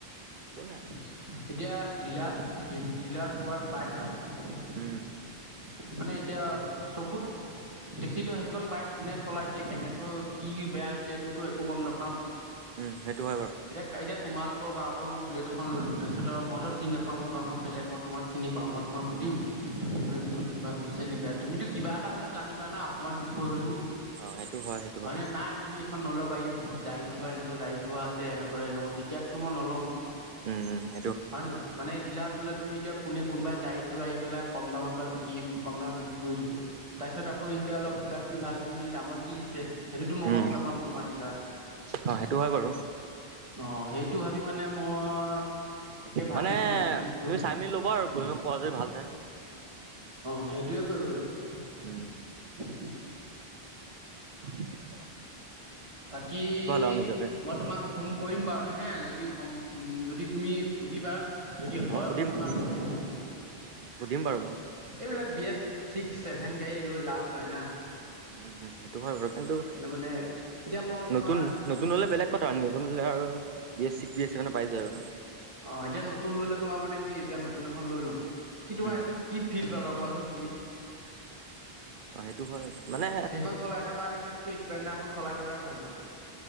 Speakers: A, on the right (about 55°); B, on the right (about 30°).
A: একোনাই।
B: এতিয়া ডিলাৰত ডিলাৰত পোৱাত পাই যাম।
A: উম
B: মানে এতিয়া চকুত দেখিতো সেইখন বাইক কোনে চলাইছে কেনেকৈ কি বেয়া হৈছে সেইটোতো একো গম নাপাম।
A: উম, সেইটো হয় বাৰু।
B: এতিয়া এতিয়া তোমালোকৰ গাৱৰ পৰা মই বুলেত এখন ললো তাৰপিছত মইত চিন নাপাওঁ গাঁওখন বেলে ম তোমাৰ। চিনি পাওঁ মই তোমাক সুধিম
A: উম
B: সেই বোলে। কিবা হৈছে নে বে তুমিতো কিবা এটা হ'লেও জানিবা অকণমান বিষয় হলো।
A: অ, এইটো হয়। সেইটো
B: হয়নে
A: হয়
B: নাই তুমি এখন নলা বাৰী বহুত জাৰি থোৱা এনেকুৱা জাৰি থোৱা আছে এনেকুৱ এনেকুৱা তেতিয়া মই নল'ম।
A: উম, উম।
B: হয় নে নহয় মানে ডিলা টোলে তুমি এতিয়া কোনে কোনবাই যাৰাই থৈ আহি পেলাই কম দামত বা বিকি কম দামত বিক্ৰী কৰি দিছে তাৰপিছত আকৌ এ অলপ কিবা কিবি ভাল কৰি মেলি দামত দি দিছে সেইটোতো মই
A: উম
B: গম নাপাম তোমাৰ দিলাত।
A: অ সেইটো হয় বাৰু
B: অ, সেইটো ভাবি মানে মই তাকে ভাবিছো
A: মানে
B: কি ক
A: তুমি চাই মেলি ল'বা আৰু বধ প় যদি ভাল চাই।
B: সেইটোৱে কৰিব
A: উম
B: লাগিব।
A: হয়।
B: বাকী
A: আৰু নিজৰে
B: মই তোমাক ফোন কৰিম বাৰু হে যদি যদি তুমি সুধিবা যদি হয়
A: সুধিম
B: মই তোমাৰ
A: সুধিম
B: লৈ আহিম।
A: সুধিম বাৰু মই।
B: এইবলাক বি এছ চিক্স চছেভেন গাড়ী লৈ লাভ নাই না।
A: উম, উম, উম। সটো হয় বাৰ কিন্তু
B: সেইকাৰণে মানে এতিয়া মই তোমাৰ
A: নতুন নতুন হলে বেলেগ কথা নতুন হলে আৰু। B S six B S C মানে পাই যায়।
B: অ, এতিয়া নতুন লৈলে তোমাৰ মানে কি এতিয়া নতুন এখন লৈ ল'ম কি তোমাৰ
A: উম
B: সেইটো কি ফিল পাবা। কোৱাচোন তুমি?
A: অ সেইটো হয় মানে
B: সেইখন চলাই থকাৰ নিচিনাতকে স্প্লেণ্ডাৰখন চলাই থকাই ভাল। াল <unintelligible>